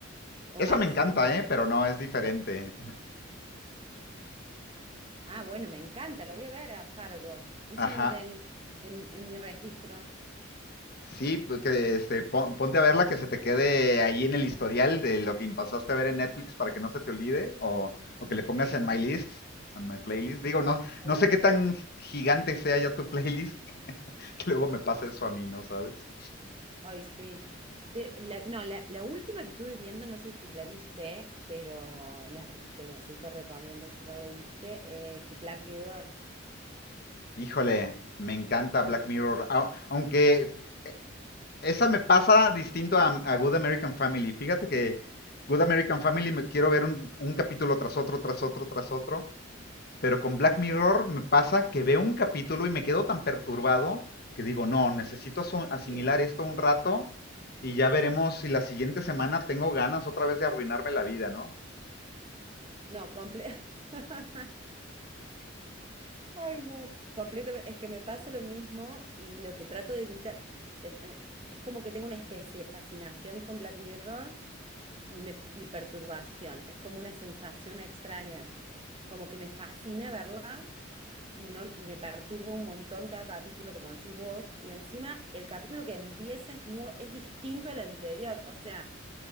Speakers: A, on the right; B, on the left.
A: o
B: Esa
A: más
B: me encanta,
A: humor.
B: ¿eh? Pero no, es diferente.
A: Ah, bueno, me encanta, la voy a ver a Fargo. Esa
B: Ajá.
A: no la tenía en, en mi registro.
B: Sí, pues, que este, pon- ponte a verla que se te quede ahí en el historial de lo que pasaste a ver en Netflix para que no se te olvide o, o que le pongas
A: Sí.
B: en my list, en my playlist. Digo, no,
A: Está
B: no sé qué tan
A: bueno.
B: gigante sea ya tu <laughs> playlist, <laughs> que luego me pasa eso a mí, ¿no sabes?
A: Ay, sí. De, la- no, la, la última que estuve viendo, no sé si la viste, pero la re- te la súper recomiendo si no la viste, es de Black Mirror.
B: Híjole, me encanta Black Mirror, a- aunque esa me pasa distinto a, a Good American Family. Fíjate que Good American Family me quiero ver un, un capítulo tras otro, tras otro, tras otro, pero con Black Mirror me pasa que veo un capítulo y me quedo tan perturbado que digo, no, necesito asu- asimilar
A: Sí.
B: esto un rato y ya veremos si la siguiente semana tengo ganas otra vez de arruinarme la vida, ¿no?
A: No, comple <laughs> Ay, no, completamente. Es que me pasa lo mismo y lo que trato de evitar, eh, eh, es como que tengo una especie de fascinación con Black Mirror y, me, y perturbación. Es como una sensación extraña, como que me fascina verla y, no, y me perturba un montón cada capítulo, como decís vos, y encima el capítulo que empieza es, nue- es distinto al anterior, o sea,